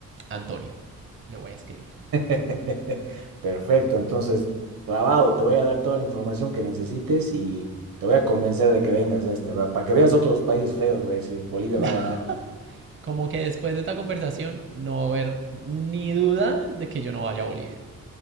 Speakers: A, on the right (about 35°); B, on the right (about 65°).
A: Antonio, le voy a escribir.
B: <laughs> Perfecto, entonces, clavado, te voy a dar toda la información que necesites y te voy a convencer de que vengas a este, para que veas otros países feos, voy a decir, Bolivia
A: <laughs>
B: va a ganar.
A: Como que después de esta conversación no va a haber ni duda de que yo no vaya a Bolivia.